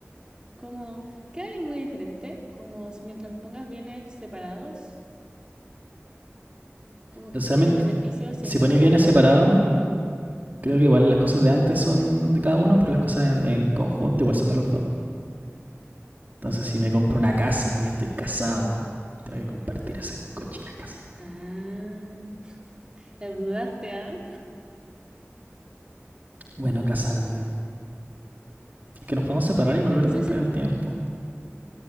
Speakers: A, on the right (about 20°); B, on the right (about 40°).
A: Como que hay muy diferente. Como si mientras pongas bienes separados, como quizá
B: O sea,
A: tienes beneficios
B: si
A: y en caso
B: ponéis
A: de
B: bienes
A: que te
B: separados,
A: atropellen es como...
B: Creo que igual las cosas
A: ¿Mm?
B: de antes son de cada uno, pero las cosas en, en conjunto igual son de los dos. Entonces, si me compro una casa, ya estoy casado, tengo que compartir esa cochina casa.
A: Ah, la dudaste, ¿ah?
B: Bueno, casarme. Es que nos podemos separar y volver
A: En un
B: después
A: sesen-
B: al tiempo,